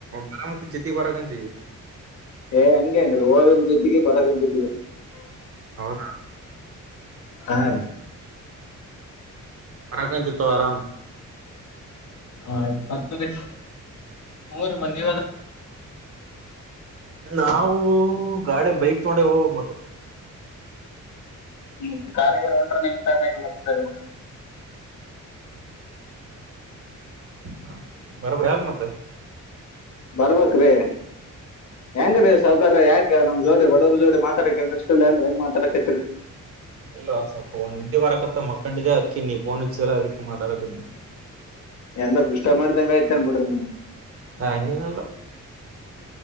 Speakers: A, on the right; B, on the left.
A: ಬರಾಮತಿ ಜೊತೆಗ್ ಬರಕಂತೀವಿ
B: ಏ ಅಂಗೆನಿಲ್ ಹೋಗ್ <unintelligible>
A: ಹೌದಾ.
B: ಹ್ಹ್ ರಿ.
A: <unintelligible> ಆರಾಮ
B: ಆಯ್ತ್ ಮತ್ತರಿ ಮುರ ಮಂದ ನೀವ್.
A: ನಾವು ಗಾಡಿ ಬೈಕ್ ತಗೊಂಡೆ ಹೋಗಬೇಕು ಮತ್ತ.
B: ಮತ್ತೆ ಕಾರ ಗಿರ್ ರೊಂಡ್ರ ನಿಮ ಕಾರಿನ್ಯಗ ಬರ್ತೀವಿ ಮತ್ತಾ.
A: <unintelligible> ಮತ್ತ
B: ಬರ್ಬೇಕ್ರೀ. ಹೆಂಗರೀ ಸೌಕರ್ಯ ಯಾಕ ನಮ್ ಜೋಡಿ ಬಡವರ ಜೋಡಿ ಮಾತಾಡಕಲ್ ಇನ್ಸ್ಟ್ರೀಸ್ ಇಲ್ಲೆನ್ರಿ ಹೆಂಗ ಮಾತಾಡಕತ್ರಿ.
A: ಇಲ್ಲೋ ಸ್ವಲ್ಪ ನಿದ್ದೆ ಬರಕತ್ತ ಮಕ್ಕಂಡಿದೇ ಅದಕಿ ನೀ ಪೋನ್ ಅಚ್ಚಿದೆಲ್ಲ ಅದ್ಕ್ ಮಾತಾಡಕತಿನಿ.
B: ಎಂದ್ರ ಡಿಸ್ಟರ್ಬ್ ಮಾಡಿದಂಗ ಆಯ್ತ ಎನ್ ಬಿಡ್ರಿ ನಿಮ್ಗ.
A: ಹ ಹಂಗೇನಿಲ್ಲ.